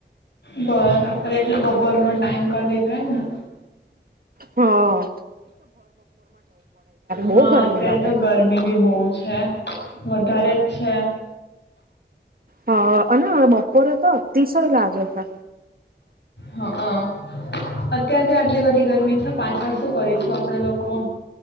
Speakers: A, on the left; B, on the right.
A: બરા એટલે બપોર નો ટાઈમ કરી દીધો એમ ને.
B: હા.
A: હા
B: બહુ ગરમી
A: અત્યારે
B: લાગે
A: તો ગરમી બી બહુ છે. વધારે છે.
B: હા અને બપોરે તો અતિશય લાગે છે.
A: હા હા અત્યારથી આટલી બધી ગરમી છે પાછળ શું કરીશું આપડે લોકો?